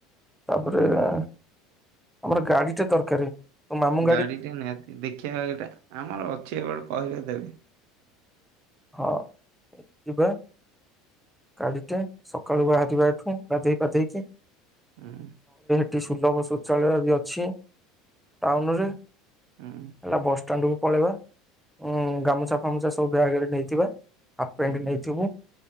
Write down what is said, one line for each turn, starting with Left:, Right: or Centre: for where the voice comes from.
Centre: ତାପରେ ଆମର ଗାଡି ଟା ଦରକାରେ। ତୋ ମାମୁଁ
Right: ଗାଡିଟା ନିହାତି ଦେଖିବା ଏଟା ଆମର ଅଛି ଏବେଟେ କହିଲେ ଦେବେ।
Centre: ହଁ ଯିବା ଗାଡିଟେ ସକାଳୁ ବାହାରିବା ଏଠୁ ଗାଧେଇ ପାଧେଇକି
Right: ହୁଁ।
Centre: ସେଠି ସୁଲଭ ଶୌଚାଳୟ ବି ଅଛି ଟାଉନ ରେ
Right: ହୁଁ
Centre: ହେଲା ବାସ ଷ୍ଟାଣ୍ଡ କୁ ପଳେଇବା ଉଁ ଗାମୁଛା ଫାମୁଛା ସବୁ ଵ୍ୟାଗ୍ ରେ ନେଇଥିବା ହାପ ପେଣ୍ଟ
Right: ହୁଁ
Centre: ନେଇଥିବୁ